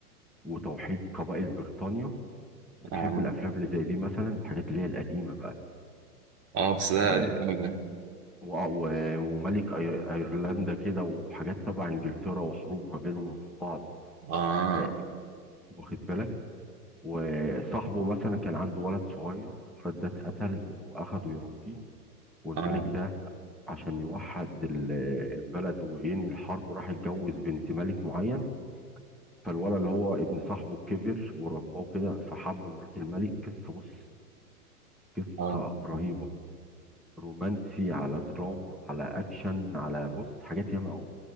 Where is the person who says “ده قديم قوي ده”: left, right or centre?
Right